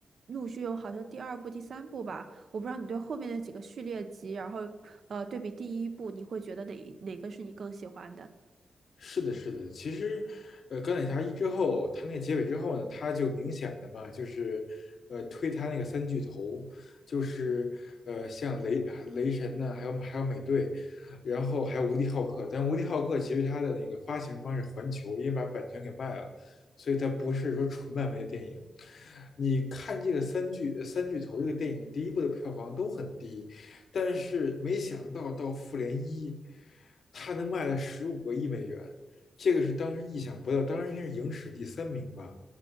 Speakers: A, on the right; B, on the left.
A: 陆续有好像第二部、第三部吧，我不知道你对后面的几个序列集，然后呃对比第一部，你会觉得哪一哪个是你更喜欢的？
B: 是的，是的，其实，呃，钢铁侠一之后，他那个结尾之后呢，他就明显的嘛，就是，呃，推他那个三巨头，就是，呃，像雷雷神呢，还有还有美队，然后还有无敌浩克，但无敌浩克其实他的那个发行方是环球，因为把版权给卖了，所以它不是说纯漫威的电影。你看这个三巨三巨头这个电影，第一部的票房都很低，但是没想到到复联一，它能卖了十五个亿美元，这个是当时意想不到，当然应该是影史第三名吧，